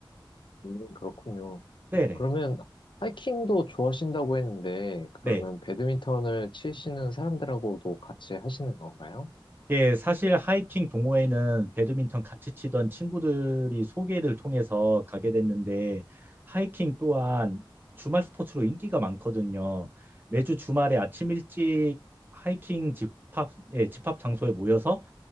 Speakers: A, on the left (about 65°); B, on the right (about 25°).
A: 음, 그렇군요.
B: 네네. 네.
A: 그러면 하이킹도 좋아하신다고 했는데, 그러면
B: 네.
A: 배드민턴을 치시는 사람들하고도 같이 하시는 건가요?
B: 예, 사실 하이킹 동호회는 배드민턴 같이 치던 친구들이 소개를 통해서 가게 됐는데 하이킹 또한 주말 스포츠로 인기가 많거든요. 매주 주말에 아침 일찍 하이킹 집합, 예, 집합 장소에 모여서